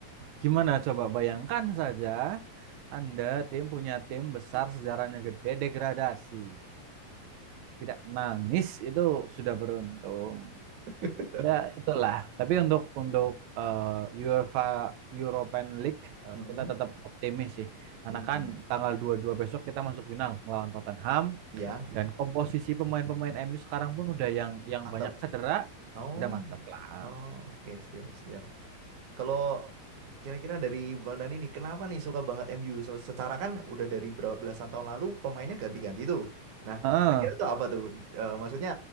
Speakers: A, on the right; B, on the right.
A: Gimana coba bayangkan saja Anda tim punya tim besar sejarahnya gede degradasi. Tidak nangis itu sudah beruntung.
B: <laughs>
A: Ya itulah. Tapi untuk untuk eh, UEFA European League eh,
B: Hmm.
A: kita tetap optimis sih. Karena
B: Hmm.
A: kan tanggal dua puluh dua besok kita masuk final melawan Tottenham
B: Ya,
A: dan komposisi pemain-pemain MU sekarang pun udah yang yang
B: mantap.
A: banyak cedera,
B: Oh.
A: udah mantap lah.
B: Oh, oke siap siap. Kalau kira-kira dari Bang Dani nih, kenapa nih suka banget MU? Se- Secara kan udah dari ber- belasan tahun lalu pemainnya ganti-ganti tuh. Nah,
A: Heeh.
B: kira-kira tuh apa tuh? Eh, maksudnya